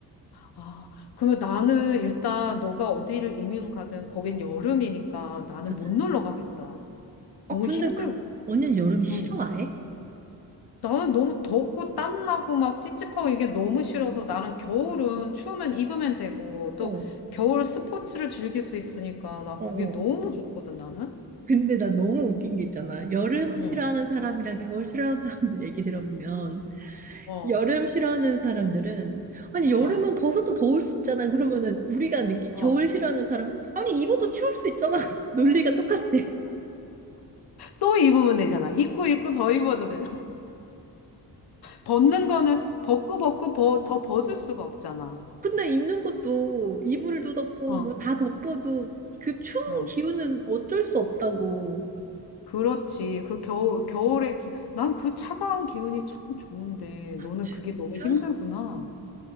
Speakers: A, on the left; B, on the right.
A: 아, 그러면 나는 일단 너가 어디를 이민 가든 거긴 여름이니까 나는
B: 그지?
A: 못 놀러 가겠다.
B: 어,
A: 너무
B: 근데
A: 힘들.
B: 그, 언니는 여름 싫어,
A: 응.
B: 아예?
A: 나는 너무 덥고 땀나고 막 찝찝하고 이게 너무 싫어서 나는 겨울은 추우면 입으면 되고 또
B: 어,
A: 겨울 스포츠를 즐길 수 있으니까 난
B: 어,
A: 그게
B: 어.
A: 너무 좋거든 나는.
B: 근데 나 너무 웃긴 게 있잖아. 여름
A: 어,
B: 싫어하는 사람이랑 겨울 싫어하는 사람들 얘기 들어보면,
A: 어,
B: 여름 싫어하는 사람들은, 아니, 여름은
A: 어,
B: 벗어도 더울 수 있잖아. 그러면은 우리가 느끼,
A: 어.
B: 겨울 싫어하는 사람, 아니, 입어도 추울 수 있잖아. <laughs> 논리가 똑같아.
A: 또 입으면 되잖아. 입고 입고 더 입어도 되잖아. <laughs> 벗는 거는 벗고 벗고 벗, 더 벗을 수가 없잖아.
B: 근데 입는 것도 이불도 덮고,
A: 어,
B: 뭐 다 덮어도 그 추운
A: 어.
B: 기운은 어쩔 수 없다고.
A: 그렇지. 그 겨울, 겨울에 기... 난 그 차가운 기운이 참 좋은데 너는
B: 진짜?
A: 그게 너무 힘들구나.